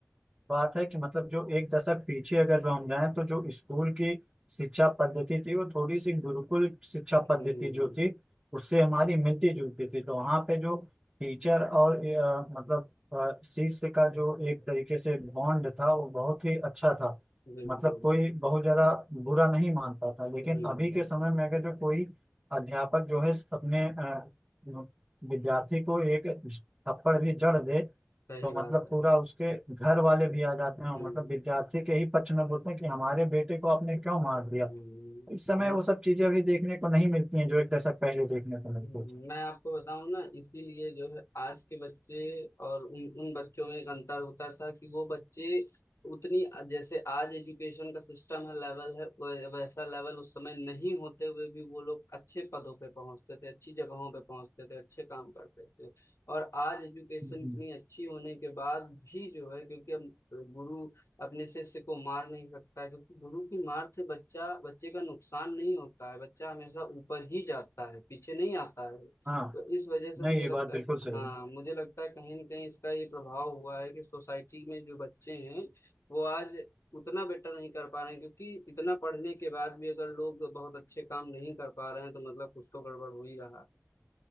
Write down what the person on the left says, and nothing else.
हम्म
बिल्कुल
हम्म
सही
बात
है
हम्म
हम्म
हम्म,
मैं आपको बताऊं ना इसीलिए जो है आज के बच्चे और उन उन बच्चों में एक अंतर होता था कि वो बच्चे उतनी जैसे आज एजुकेशन का सिस्टम है लेवल है वै- वैसा लेवल उस समय नहीं होते हुए भी वो लोग अच्छे पदों पे पहुंचते थे अच्छी जगहों पे पहुंचते थे अच्छे काम करते थे और आज एजुकेशन
इतनी अच्छी होने के बाद भी जो है क्योंकि अब गुरु अपने शिष्य को मार नहीं सकता है क्योंकि गुरु की मार से बच्चा बच्चे का नुकसान नहीं होता है बच्चा हमेशा ऊपर ही जाता है पीछे नहीं आता है
तो इस वजह से
मुझे
लगता
है
हाँ
मुझे लगता है कहीं ना कहीं इसका ये प्रभाव हुआ है कि सोसाइटी में जो बच्चे हैं वो आज उतना बेटर नहीं कर पा रहे हैं क्योंकि इतना पढ़ने के बाद भी अगर लोग बहुत अच्छे काम नहीं कर पा रहे हैं तो मतलब कुछ तो गड़बड़ हो ही रहा है